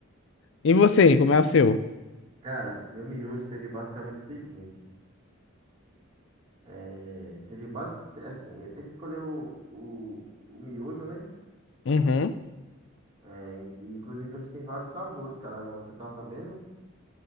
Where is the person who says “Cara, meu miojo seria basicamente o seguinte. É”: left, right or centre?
Right